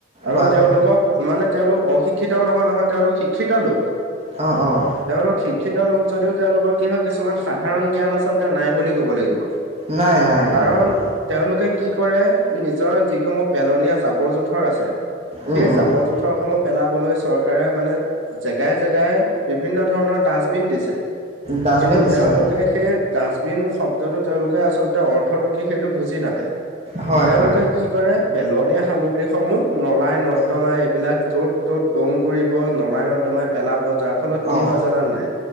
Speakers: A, on the right; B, on the right.
A: আৰু
B: হয়
A: তেওঁলোকক
B: হয়
A: মানে তেওঁলোক অশিক্ষিতও নহয় নহয়, তেওঁলোক শিক্ষিত লোক।
B: অঁ', অঁ'।
A: তেওঁলোক শিক্ষিত লোক যদিও তেওঁলোকৰ কি হয়, কিছুমান সাধাৰণ জ্ঞান আচলতে নাই বুলি কব লাগিব।
B: নাই নাই
A: কাৰণ
B: নাই হয়
A: তেওঁলোকে কি কৰে, নিজৰ যিসমূহ পেলনীয়া জাবৰ জোথৰ আছে
B: উম
A: সেই
B: উম
A: জাবৰ জোঁথৰ সমূহ পেলাবলৈ চৰকাৰে মানে জেগাই জেগাই বিভিন্ন ধৰণৰ ডাষ্টবিন দিছে,
B: ডাষ্টবিন
A: কিন্তু
B: দিছে
A: তেওঁলোকে
B: হয়
A: সেই ডাষ্টবিন শব্দটো তেওঁলোকে আচলতে অৰ্ অৰ্থটো কি সেইটো বুজি নাপায়,
B: হয়
A: তেওঁলোকে
B: হয়
A: কি কৰে পেলনীয়া সামগ্ৰীসমূহ নলাই নৰ্দমা
B: হয়
A: এইবিলাক য'ত ত'ত দম কৰিব নলাই নৰ্দমাই পেলাব যাৰ ফলত কি
B: অঁ
A: হয় জানা নে নাই?